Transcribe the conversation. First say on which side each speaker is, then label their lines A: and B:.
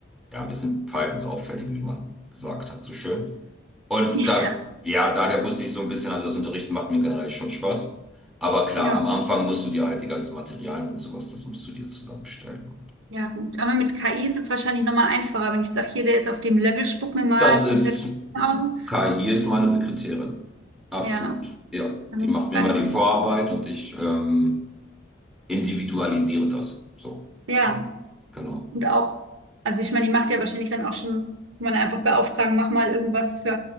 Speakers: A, in the centre; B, on the right.
A: ja, ein bisschen verhaltensauffällig, wie man gesagt hat, so schön. Und
B: <laughs>
A: da,
B: ja,
A: ja, daher wusste ich so ein bisschen, also das Unterrichten macht mir generell schon Spaß. Aber klar,
B: ja,
A: am Anfang musst du dir halt die ganzen Materialien und sowas, das musst du dir zusammenstellen.
B: ja, gut. Aber mit KI ist es wahrscheinlich nochmal einfacher, wenn ich sage, hier, der ist auf dem Level, spuck mir mal
A: Das ist,
B: komplett aus.
A: KI ist meine Sekretärin. Absolut.
B: Ja,
A: Ja,
B: da muss
A: die macht
B: man
A: mir
B: gar
A: mal
B: nichts
A: die Vorarbeit
B: mehr.
A: und ich ähm, individualisiere das. So,
B: Ja.
A: ja, genau.
B: Und auch, also ich meine, die macht ja wahrscheinlich dann auch schon, kann man einfach beauftragen, mach mal irgendwas für